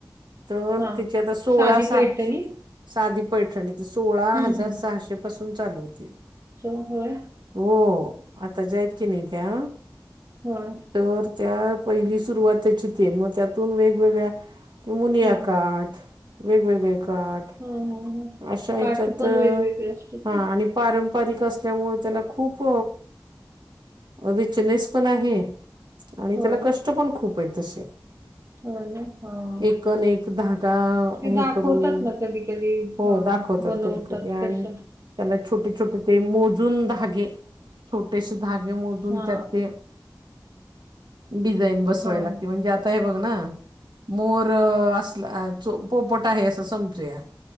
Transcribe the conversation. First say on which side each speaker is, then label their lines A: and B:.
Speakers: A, on the right; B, on the right.
A: तर
B: हा
A: त्याची आता सोळा
B: साधी
A: अस
B: पैठणी
A: साधी पैठणी ते सोळा
B: हम्म
A: हजार
B: हम्म
A: सहाशे पासून चालू होती.
B: अच्छा, होय
A: हो आता ज्या हायत की नाही त्या
B: हम्म.
A: तर त्या पहिली सुरुवात त्याची ती न मग त्यातून वेगवेगळ्या कि मुनिया
B: हा हा
A: काठ, वेगवेगळे काठ
B: हा हा
A: अशा ह्याच्यात
B: काठ पण वेगवेगळे असतात
A: हा
B: ना
A: आणि पारंपा पारिक असल्यामुळे त्याला खूप रिचनेस पण आहे. आणि
B: होय
A: त्याला कष्ट पण खूप आहेत तसे.
B: होय ना हा
A: एक न एक धागा
B: ते
A: हे
B: दाखवतात
A: करून
B: ना कधी कधी
A: हो
B: हा
A: दाखवतात
B: बनवतात
A: कधी कधी आणि
B: कसं
A: त्याला छोटे छोटे ते मोजून धागे छोटेसे धागे मोजून
B: हा
A: त्यात ते डिझाईन बसवाय
B: होय
A: लागते म्हणजे आता आता हे बघ ना मोर असला पोपट आहे असं समजूया.